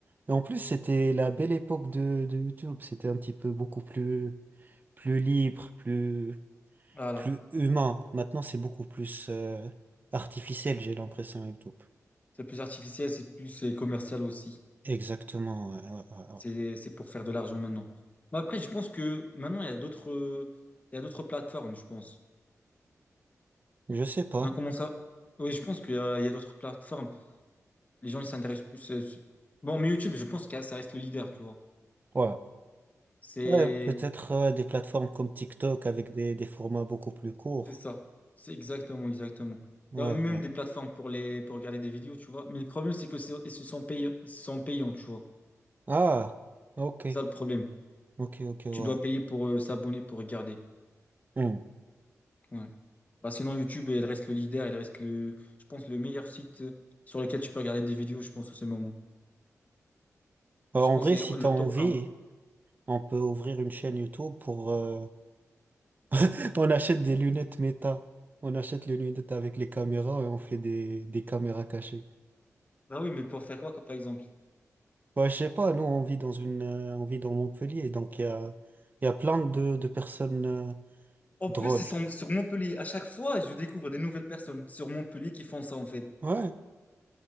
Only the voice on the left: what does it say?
Voilà.
C'est plus artificiel, c'est plus euh, commercial aussi.
C'est,
c'est pour faire de l'argent maintenant. Mais après, je pense que maintenant, il y a d'autres, euh, il y a d'autres plateformes, je pense.
On a commencé à... Oui, je pense qu'il y a, il y a d'autres plateformes. Les gens, ils s'intéressent plus. euh, su- Bon, mais YouTube, je pense que ça reste le leader, tu vois.
C'est,
c'est ça. C'est exactement, exactement.
Il y a même
des plateformes pour les, pour regarder des vidéos, tu vois. Mais le problème, c'est que c'est, ils se sont payants ils se sont payants, tu vois.
C'est ça le problème.
Tu dois payer pour euh, s'abonner, pour regarder.
Ouais. Bah, sinon, YouTube, il reste le leader, il reste le, je pense, le meilleur site sur lequel tu peux regarder des vidéos, je pense, en ce moment.
Je
pense
que
c'est le
top un
Bah oui, mais pour faire quoi, comme par exemple?
En
plus, c'est sur, sur Montpellier. À chaque fois, je découvre des nouvelles personnes sur Montpellier qui font ça, en fait.